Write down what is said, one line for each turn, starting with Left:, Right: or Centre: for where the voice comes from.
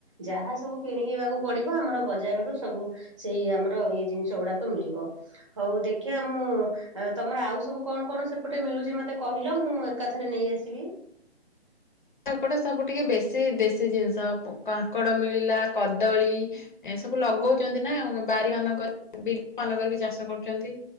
Right: ଯାହା ସବୁ କିଣିକିିବାକୁ ପଡିବ ଆମର ବଜାରରୁ ସବୁ ସେଇ ଆମର ଇଏ ଜିନିଷ ଗୁଡାକ ମିଳିବ, ହଉ ଦେଖିବା ମୁଁ ତମର ଆଉ ସବୁ କଣ କଣ ସେପଟେ ମିଳୁଛି ମତେ କହିଲ, ମୁଁ ଏକାଥରେ ନେଇ ଆସିବି।
Left: ଏପଟେ ସବୁ ଟିକେ ବେଶୀ ଦେଶୀ ଜିନିଷ କାଙ୍କଡ଼ ମିଳିଲା, କଦଳୀ ଏ ସବୁ ଲଗଉଚନ୍ତି ନା ବାରି ମାନଙ୍କରେ ବିଲ ମାନଙ୍କରେ ବି ଚାଷ କରୁଚନ୍ତି।